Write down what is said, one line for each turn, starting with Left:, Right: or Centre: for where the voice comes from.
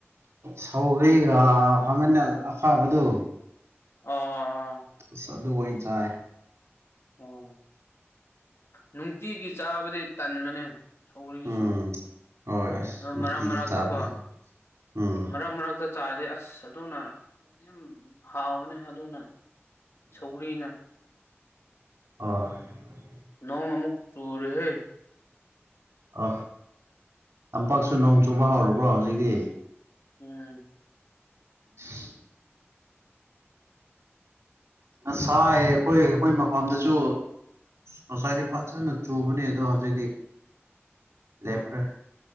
Right: ꯁꯧꯒꯔ꯭ꯤꯒ ꯑꯥ ꯈꯥꯃꯦꯟ ꯑ ꯆꯥꯕꯗꯨ
Left: ꯑ
Right: ꯁ ꯑꯗꯨ ꯑꯣꯏ ꯆꯥꯏ
Left: ꯑꯣ ꯅꯨꯡꯇꯤꯒꯤ ꯆꯥꯕꯗꯤ ꯇꯟꯕꯅꯦ ꯁꯧꯔꯤꯁꯨ
Right: ꯎꯝ ꯍꯣꯏ ꯑꯁ
Left: ꯑꯗꯣ
Right: ꯅꯨꯡꯇꯤꯗꯤ
Left: ꯃꯔꯛ ꯃꯔꯥꯛꯛꯇꯀꯣ
Right: ꯆꯥꯕꯅꯦ ꯎꯝ
Left: ꯃꯔꯛ ꯃꯔꯛꯇ ꯆꯥꯗꯤ ꯑꯁ ꯑꯗꯨꯅ ꯌꯝ ꯍꯥꯎꯕꯅꯦ ꯑꯗꯨꯅ ꯁꯧꯒꯔ꯭ꯤꯅ
Right: ꯑ
Left: ꯅꯣꯡ ꯑꯃꯨꯛ ꯆꯨꯔꯍꯦ
Right: ꯑ ꯇꯝꯄꯥꯛꯁꯨ ꯅꯣꯡ ꯆꯨꯕ ꯍꯧꯔꯕ꯭ꯔꯣ ꯍꯧꯖꯤꯛꯇꯤ
Left: ꯎꯝ
Right: <inaudible> ꯑꯁꯥꯏ ꯑꯩꯈꯣꯏ ꯑꯩꯈꯣꯏ ꯃꯐꯝꯗꯁꯨ ꯉꯁꯥꯏꯗꯤ ꯐꯖꯅ ꯆꯨꯕꯅꯤ ꯑꯗꯣ ꯍꯧꯖꯤꯛꯇꯤ
Left: ꯎꯝ
Right: ꯂꯦꯞꯈꯔ꯭ꯦ